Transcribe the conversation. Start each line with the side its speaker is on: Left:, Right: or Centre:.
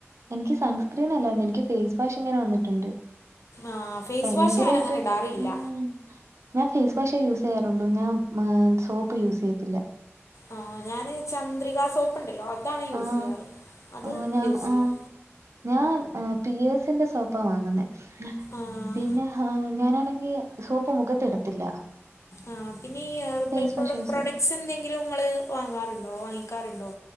Right: എനിക്ക് സൺസ്. സ്ക്രീൻ അല്ലാരുന്നു എനിക്ക് ഫേസ് വാഷ് ഇങ്ങന വന്നിട്ടുണ്ട്.
Left: ആഹ് ഫേസ്
Right: ഭയങ്കരായിട്ട്
Left: വാഷ് ഞാനങ്ങനെ ഇടാറില്ല
Right: ഉം. ഞാൻ ഫേസ് വാഷെ യൂസീയ്യാറുള്ളൂ ഞാൻ മേ സോപ്പ് യൂസിയ്യത്തില്ല.
Left: ആഹ് ഞാന് ചന്ദ്രിക സോപ്പ്ണ്ടല്ലൊ അതാണ് യൂസിയ്യാറ്
Right: ആഹ്
Left: അത്
Right: ആഹ് ഞാൻ
Left: യൂസിയ്യും.
Right: ആഹ് ഞാൻ ഏഹ് പിയേഴ്‌സിന്റെ സോപ് പ്പ വാങ്ങ്ന്നെ
Left: ആഹ്
Right: പിന്നെ ഏഹ് ഞാനാണെങ്കി സോപ്പ് മുഖത്തിടത്തില്ല.
Left: ആഹ് പിന്നെ ഈ എർബൽ
Right: ഫേസ് വാഷ് യൂസ്
Left: പ്രൊഡക്ട്സ്
Right: ചെയ്യും
Left: എന്തെങ്കിലും ഇങ്ങള് വാങ്ങാറുണ്ടോ വാങ്ങിക്കാറുണ്ടോ?